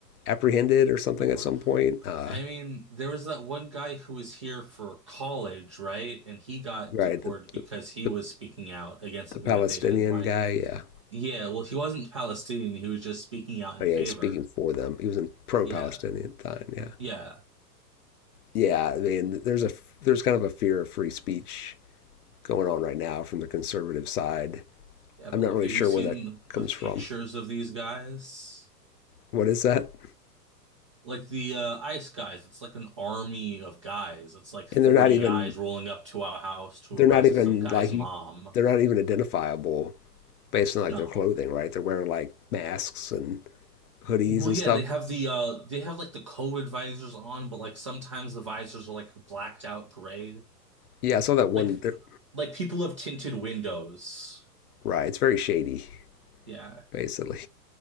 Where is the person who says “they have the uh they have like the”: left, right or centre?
Right